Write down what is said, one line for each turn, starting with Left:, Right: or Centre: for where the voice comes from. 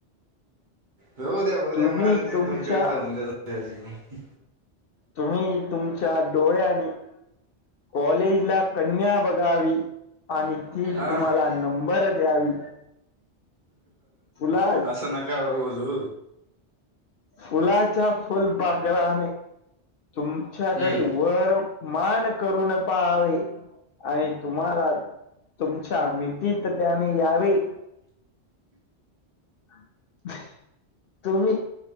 Right: होऊ द्या होऊ द्या
Left: तुम्ही
Right: मग अजून
Left: तुमच्या
Right: एक दोन कविता होऊन द्या तुमच्या
Left: तुम्ही तुमच्या डोळ्यानी कॉलेजला कन्या बघावी आणि ती
Right: अ
Left: तुम्हाला नंबर द्यावी. फुला
Right: असं नका हो बोलू.
Left: फुलाच्या फुलपाखराने तुमच्याकडे
Right: हम्म
Left: वर मान करून पहावे आणि तुम्हाला तुमच्या मिठीत त्याने यावे. <unintelligible> तुम्ही